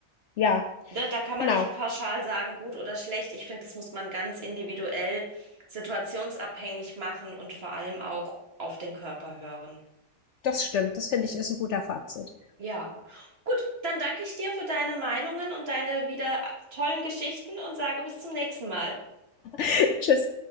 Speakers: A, on the left; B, on the right.
A: Ja,
B: ne, da kann man
A: genau.
B: nicht pauschal sagen, gut oder schlecht. Ich finde, das muss man ganz individuell, situationsabhängig machen und vor allem auch auf den Körper hören.
A: Das stimmt. Das finde ich, ist ein guter Fazit.
B: Ja. Gut, dann danke ich dir für deine Meinungen und deine wieder tollen Geschichten und sage bis zum nächsten Mal.
A: <laughs> Tschüss.